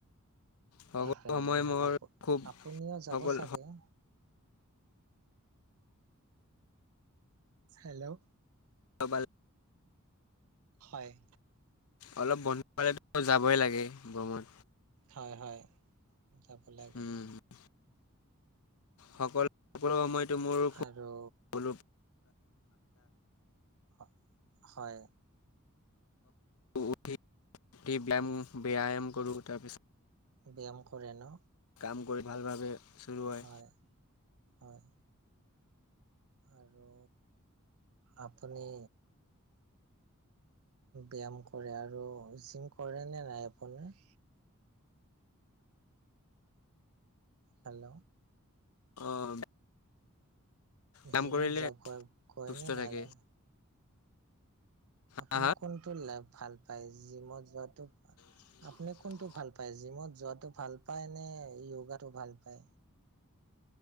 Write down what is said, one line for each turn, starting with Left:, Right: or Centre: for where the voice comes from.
Left: সকলো
Right: সেইকাৰণে
Left: সময় মোৰ
Right: আপ
Left: খুব
Right: আপুনিও
Left: সকলো
Right: যাব চাগে? হেল্ল'
Left: অ'বাল
Right: হয়'।
Left: অলপ বন্ধ পালে টো যাবই লাগে, ভ্ৰমন।
Right: হয়', হয়'। যাব লা
Left: উম', সকল কল সময়তটো মোৰ খুব
Right: আৰু হয় হয়
Left: উঠি উঠি ব্যায়াম ব্যায়াম কৰোঁ তাৰপিছত
Right: ব্যায়াম কৰে ন
Left: কাম কৰি ভালভাৱে চলোৱাই
Right: হয়, হয়। আৰু আপুনি ব্যায়াম কৰে আৰু জিম কৰে নে নাই আপোনি? হেল্ল'।
Left: আহ', ব্যাম
Right: জিমত
Left: কৰিলে
Right: যা গৈ
Left: সুস্থ
Right: গৈ নে নাযায়?
Left: থাকে।
Right: আপুনি
Left: হা
Right: কোনটো লাভ ভাল পায় জিমত যোৱাটো
Left: হা?
Right: আপুনি কোনটো ভাল পায়, জিমত যোৱাটো ভাল পায় নে, য়োগাটো ভাল পায়?